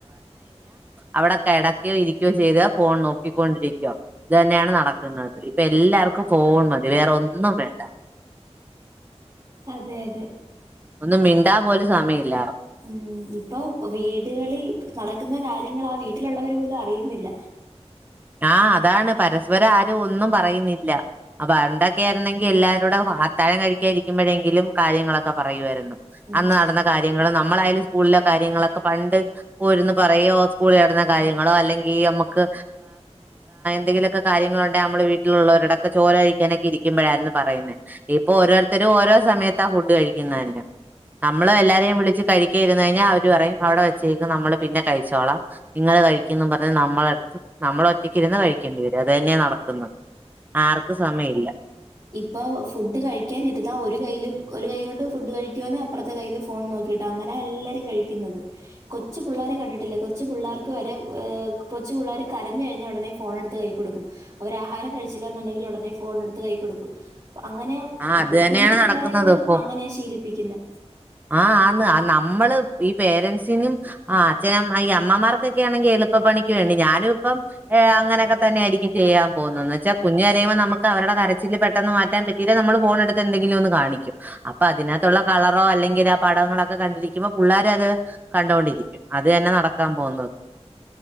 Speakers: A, on the right; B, on the right.
A: അവിടെ കെടക്കോ ഇരിക്കോ ചെയ്ത ഫോൺ നോക്കി കൊണ്ടിരിക്കോ ഇതന്നെയാണ് നടക്കുന്നത് ഇപ്പൊ എല്ലാർക്കും ഫോൺ മതി വേറെ ഒന്നും വേണ്ട
B: അതെ അതെ
A: ഒന്നു മിണ്ടാപോലും സമയില്ല
B: ഉം ഇപ്പൊ വീടുകളി നടക്ക്ന്ന കാര്യങ്ങള് ആ വീട്ടിലൊള്ളവര് പോലും അറിയുന്നില്ല
A: ആഹ് അതാണ് പരസ്പരം ആരും ഒന്നും പറയുന്നില്ല ആ പണ്ടൊക്യായ്രുന്നെങ്കി എല്ലാ- കൂടെ അത്താഴം കഴിക്കാനിരിക്കുമ്പഴെങ്കിലും കാര്യങ്ങളൊക്കെ പറയുവാരുന്നു
B: ഉം,
A: അന്ന് നടന്ന കാര്യങ്ങളും നമ് മ്മളായാലും സ്കൂളിലെ കാര്യങ്ങളൊക്കെ പണ്ട് ഓരോന്ന് പറയോ സ്കൂളിനടന്ന കാര്യങ്ങളോ അല്ലെങ്കി അമ്മക്ക് എന്തെങ്കിലൊക്കെ കാര്യങ്ങളൊണ്ടെ അമ്മള് വീട്ടിലുള്ളവരോടൊക്കെ ചോറ് കഴിക്കാനൊക്കെ ഇരിക്കുമ്പഴാര്ന്ന് പറയുന്നെ ഇപ്പൊ ഓരോര്ത്തര് ഓരോസമയത്താ ഫുഡ് കഴിക്കുന്നന്നേ. അമ്മള് എല്ലാരേം വിളിച്ച് കഴി ക്കേയിര്ന്ന് കഴിഞ്ഞാ അവര് പറയും അവടെ വെച്ചേക്ക്‌ നമ്മള് പിന്നെ കഴിച്ചോളാം ഇങ്ങള് കഴിക്കെന്നും പർഞ്ഞ് നമ്മളട്ത്ത് നമ്മളൊറ്റക്കിര്ന്ന് കഴിക്കേണ്ടി വരും അതെന്നെ നടക്കുന്നത്. ആർക്കു സമയില്ല.
B: ഇപ്പ ഫുഡ് കഴിക്കാനിരുന്നാ ഒര് കൈയ്യില് ഒരു കൈ കൊണ്ട് ഫുഡ് കഴിക്കുവാന്നെ അപ്പർത്തെ കയ്യില് ഫോൺ നോക്കീട്ടങ്ങനാ എല്ലാരും കഴിക്കുന്നത് കൊച്ചു പിള്ളാരെ കണ്ടിട്ടില്ലേ കൊച്ചു പിള്ളാർക്ക് വരെ ഏർ കൊച്ചു പിള്ളാര് കരഞ്ഞ് കഴിഞ്ഞാ ഒടനെ ഫോണെട്ത്ത് കൈ കൊടുക്കും അവരാഹാരം കഴിച്ചില്ലന്നുണ്ടെങ്കില് ഒടനെ ഫോണെട്ത്ത് കൈ കൊടുക്കും. അങ്ങനെയാ
A: ആ
B: കു
A: അത്
B: കു
A: തന്നെയാണ്
B: കുഞ്ഞു പിള്ളാരെ
A: നടക്കുന്നത്
B: പോലും
A: ഇപ്പൊ
B: അങ്ങനെ ശീലിപ്പിക്കുന്നെ.
A: ആഹ് ആന്ന് ആ നമ്മള് ഈ പേരൻസിനും ആഹ് അച്ഛനമ്മ ഈ അമ്മമാർക്കെക്കെ ണെങ്കി എളുപ്പപ്പണിക്ക് വേണ്ടി ഞാനുപ്പം ഏ അങ്ങനൊക്കെ തന്നെ യായിരി നി ചെയ്യാം പോവുന്നന്ന്വെച്ചാ കുഞ്ഞ് കരയുമ്പോ നമ്മക്കവരുടെ കരച്ചില് പെട്ടെന്ന് മാറ്റാൻ പ തിരെ നമ്മള് ഫോണെട്ത്തെന്തെങ്കിലൊന്ന് കാണിക്കും അപ്പൊ അതിനഅത്തുള്ള കളറോ അല്ലെങ്കില് ആ പടങ്ങളൊക്കെ കണ്ടിരിക്കുമ്പോ പുള്ളാരത് കണ്ടൊണ്ടിരിക്കും അതെന്നെ നടക്കാൻ പോന്ന